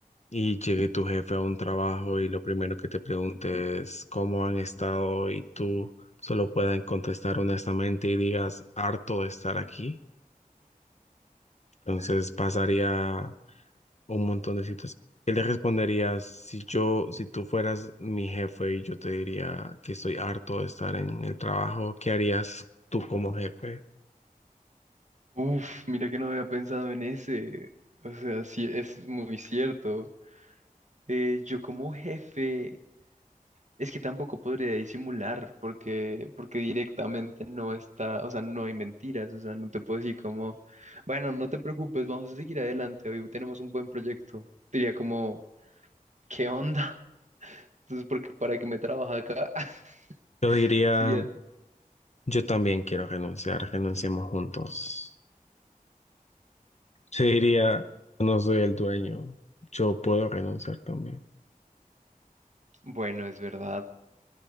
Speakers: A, on the left (about 50°); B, on the right (about 55°).
A: y llegue tu jefe a un trabajo y lo primero que te pregunte es cómo han estado y tú solo puedas contestar honestamente y digas harto de estar aquí. Entonces pasaría un montón de situaciones. ¿Qué le responderías si yo, si tú fueras mi jefe y yo te diría que estoy harto de estar en el trabajo? ¿Qué harías tú como jefe?
B: Uf, mira que no había pensado en ese. O sea, sí, es muy cierto. Eh, yo como jefe, es que tampoco podría disimular porque, porque directamente no está, o sea, no hay mentiras, o sea, no te puedo decir como, bueno, no te preocupes, vamos a seguir adelante, hoy tenemos un buen proyecto. Diría como, ¿qué onda? <laughs> Entonces, porque para qué me trabaja acá, <laughs>
A: Yo diría,
B: sería,
A: yo también quiero renunciar, renunciemos juntos. Se diría, no soy el dueño, yo puedo renunciar también.
B: bueno, es verdad,